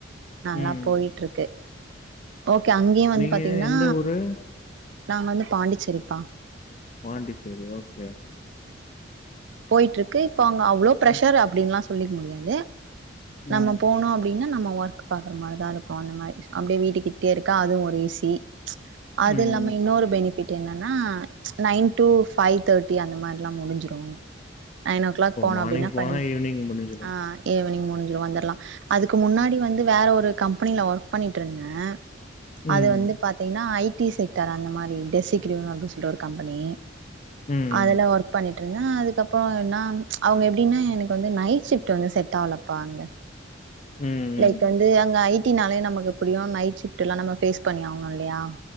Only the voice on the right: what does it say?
நல்லா
போயிட்டு இருக்கு ஓகே அங்கயு வந்து
பாத்தீங்கன்னா
நாங் வந்து பாண்டிச்சேரிப்பா
போயிட்டு இருக்கு இப்பங்க அவ்ளோ பிரஷர்
அப்டின்ல்லா சொ சொல்லிக்க முடியாது நம்ம
போனு அப்டின்னா நம்ம ஒர்க் பாக்குற மாதிரிதா இருக்கு அந்த மாரி அப்படியே வீட்டுக்கிட்டே இருக்கா அதுவு ஒரு ஈசி அது
இல்லாம இன்னொரு பெனி ப்ப என்னன்னா நைன் டு ஃப்வைவ் தேர்ட்டி அந்த மாதிரிலா முடிஞ்சுரு நைன் ஓ கிளாக் போனு
அப்டின்னா
ப
ஆ ஈவினிங் முடிஞ் ஞ்சுரு வந்தர்லா அதுக்கு முன்னாடி வந்து வேற ஒரு கம்பெனில ஒர்க் பண்ணிட்டு இருந்தே
அது வந்து பாத்தீங்கன்னா ஐ டி செக்டர் அந்த மாதிரி இன்டெஸ் ஈக்கியூ அப்டின்னு சொல்லிட்டு ஒரு கம்பெனி
அதுல்ல ஒர்க் பண்ணி ட்ரனா அது அப்புறோ என்னா அவங்க எப் அப்டின்னா எனக்கு வந்து நைட் ஷிப்ட் வந்து செட் ஆகலப்பா அங்க
லைக்
வந்து அங்க ஐ ட்டினாலே நமக்கு எப்படியு நைட்ஷிப்ல்லா நம்ம ஃபேஸ் பண்ணி ஆவணுல்லியா இல்லையா